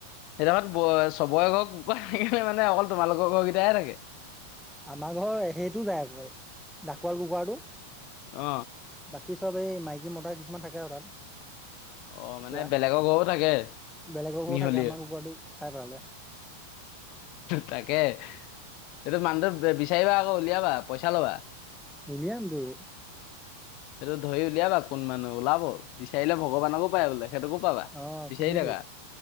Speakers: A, on the left (about 45°); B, in the centre.
A: সেইদালত চবৰে ঘৰৰ কুকুৰা থাকে নে অকল তোমালোকৰ ঘৰৰ কেইটা থাকে?
B: আমাৰ ঘৰৰ সেইটো যায় অকল, ডাকোৱাল কুকুৰাটো।
A: অ
B: বাকী চব এই মাইকী - মতা কিছুমান থাকে আৰু তাত।
A: অ
B: কুকুৰা
A: মানে বেলেগৰ ঘৰো থাকে
B: বেলেগৰ কেইটা
A: মিহলি
B: থাকে, আমাৰ কুকুৰাটো খাই পেলালে। <inaudible>
A: তাকে, কিন্তু মানুহটোক বিচাৰিবা আকৌ উলিয়াবা, পইচা ল'বা।
B: উলিয়াম দুয়ো।
A: সেইটো ধৰি উলিয়াবা কোন মানুহ ওলাব, বিচাৰিলে ভগৱানকো পায় বোলে। সেইটোকো পাবা
B: অ
A: বিচাৰি
B: শুনিছো
A: থাকা।